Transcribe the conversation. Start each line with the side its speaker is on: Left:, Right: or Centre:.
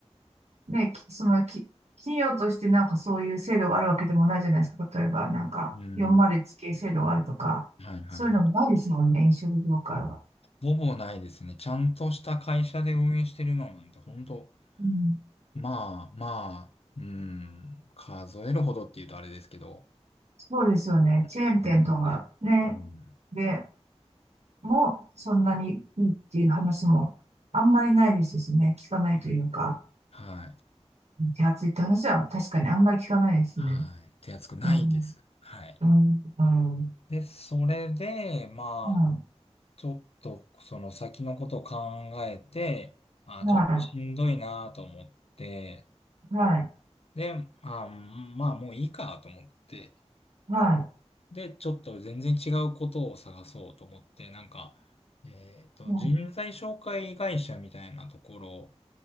Right: ね、きそのき、企業としてなんかそういう制度があるわけでもないじゃないですか。例えばなんか401系制度があるとか、
Left: うん。はいはいはい。
Right: そういうのもないですもんね、飲食業界は。
Left: ほぼないですね。ちゃんとした会社で運営してるのなんて、ほんと、
Right: うん、
Left: まあまあ、うん、数えるほどって言うとあれですけど、
Right: そうですよね。チェーン店とかね、
Left: そんなにない。うん
Right: でもそんなにいいっていう話もあんまりないですしね、聞かないというか、
Left: はい。はい。
Right: 手厚いって話は確かにあんまり聞かないですね。
Left: はい手厚くないです。
Right: うん
Left: はい。
Right: うん、う
Left: で、それで、まあ、
Right: ん、
Left: ちょっと、その先のことを考えて、あ、
Right: は
Left: ちょっとしんどいなと思って、
Right: い、はい、
Left: で、あ、まあ、もういいかと思って、
Right: はい、
Left: で、ちょっと全然違うことを探そうと思って、なんか、えっと、
Right: は
Left: 人材紹介会社みたいなところ